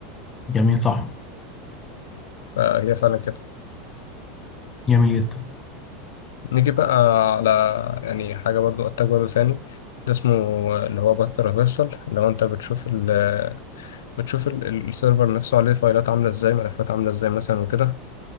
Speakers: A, on the left; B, on the left.
A: جميل صح
B: فهي فعلا كده
A: جميل جدا
B: نيجي بقى على يعني حاجة برضو اتاك برضو تاني ده اسمه اللي هو باث ريفرسال اللي هو انت بتشوف ال بتشوف ال- ال- السيرفر نفسه عليه فايلات عاملة ازاي ملفات عاملة ازاي مثلا وكده